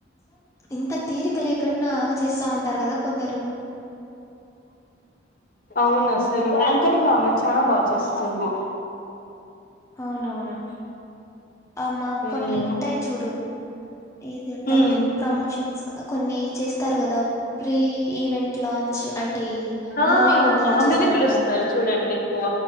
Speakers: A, on the left; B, on the left.
A: ఇంత తీరిక లేకుండా చేస్తా ఉంటారు కదా కొందరు
B: అవును అసలు యాంకరింగ్ ఆమె చాలా బాగా చేస్తుంది
A: అవునవును అమ్మా
B: ఉమ్
A: కొన్ని ఉంటాయి చూడు ఏదింటారు
B: ఉమ్
A: ప్రమోషన్స్ కొన్ని చేస్తారు కదా ప్రీ ఈవెంట్ లాంచ్ అంటే
B: ఆ
A: మూవీ ముందర
B: ఆమెనే
A: చేేస్తారు
B: పిలుస్తారు
A: కదా
B: చూడండి ఎక్కువ